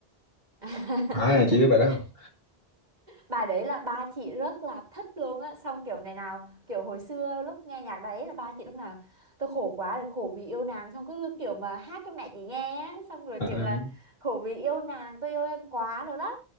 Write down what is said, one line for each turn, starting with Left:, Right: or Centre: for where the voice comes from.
Right: <laughs>
Left: à chị biết bài đó không
Right: bà đấy là ba chị rất là thích luôn á xong kiểu ngày nào kiểu hồi xưa lúc nghe nhạc đấy là ba chị lúc nào tôi khổ quá rồi khổ vì yêu nàng xong cứ kiểu mà hát cho mẹ chị nghe á xong rồi
Left: à,
Right: kiểu là
Left: à,
Right: khổ vì yêu nàng tôi yêu em quá rồi đó